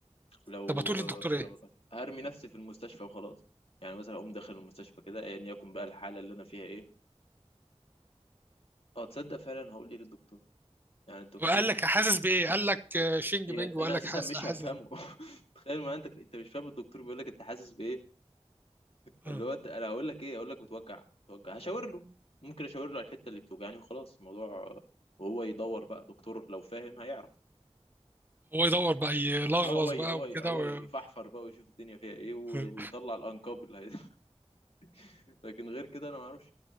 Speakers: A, on the left (about 60°); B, on the right (about 20°).
A: لو
B: طب هتقول للدكتور ايه
A: لو رحت هرمي نفسي في المستشفى وخلاص يعني مثلا اقوم داخل المستشفى كده ايا يكن بقى الحاله اللي انا فيها ايه اه تصدق فعلا هقول لي للدكتور يعني الدكتور
B: طب قال لك حاسس بايه قال لك آه، شينج
A: هي-
B: بينج وقال
A: انا
B: لك
A: اساسا
B: حاسس
A: مش
B: حاسس
A: هفهمه <laughs> تخيل ما انت انت مش فاهم الدكتور بيقول لك انت حاسس بايه اللي
B: آه.
A: هو أنت- انا هقول لك ايه هقول لك بتوجع بتوجع هشاور له ممكن اشاور له على الحته اللي بتوجعني وخلاص الموضوع آه، وهو يدور بقى دكتور لو فاهم هيعرف
B: هو يدور بقى يلغوص
A: اه هو ي-
B: بقى
A: هو
B: وكده
A: ي- هو
B: و...
A: يفحفر بقى ويشوف الدنيا فيها ايه و-
B: آه.
A: ويطلع الانكاب اللي هي- <laughs> لكن غير كده انا ما اعرفش